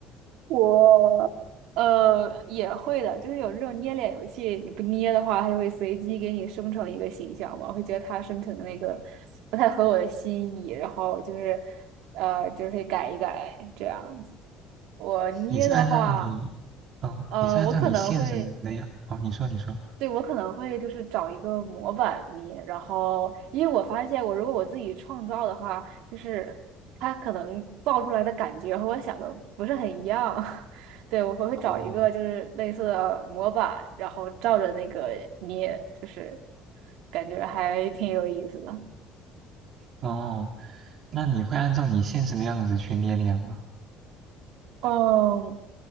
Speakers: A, on the right; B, on the right.
A: 我呃也会的，就是有这种捏脸游戏，你不捏的话，它就会随机给你生成一个形象嘛，我会觉得它生成的那个不太合我的心意，然后就是呃就是可以改一改这样子。我捏的话，
B: 你是按照你，哦，
A: 呃，
B: 你是按照你现实的样，
A: 我可能会。
B: 哦，你说，你说，
A: 对，我可能会就是找一个模板泥，然后因为我发现我如果我自己创造的话，就是它可能造出来的感觉和我想的不是很一样。<laughs> 对，我会会找一个就是类似的模板，
B: 哦，
A: 然后照着那个捏，就是感觉还挺有意思的。
B: 哦，那你会按照你现实的样子去练脸吗？
A: 嗯，